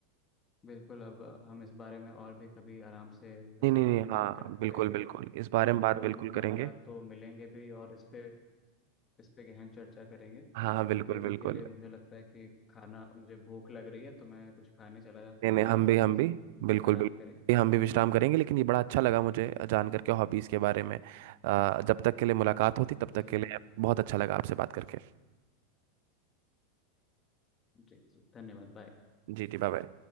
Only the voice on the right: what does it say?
नहीं नहीं
नहीं हाँ
बिल्कुल
बिल्कुल इस बारे
में
बात बिल्कुल
करेंगे
हाँ हाँ बिल्कुल
बिल्कुल
नहीं
नहीं
हम
भी
हम भी
बिल्कुल
बिल्कुल
हम भी विश्राम करेंगे लेकिन ये बड़ा अच्छा लगा मुझे जान करके हॉबीज़ के बारे में अ, जब तक के लिए मुलाकात होती तब तक
के लिए बहुत अच्छा लगा आपसे बात करके
जी जी बाय बाय